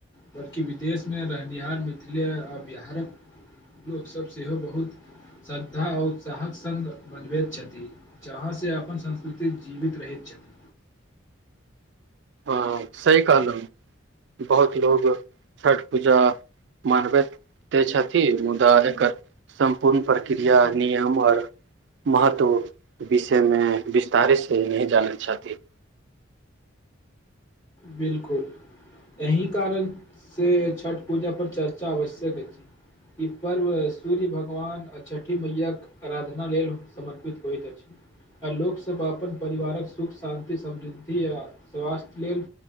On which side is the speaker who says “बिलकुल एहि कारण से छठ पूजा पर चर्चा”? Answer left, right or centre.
Left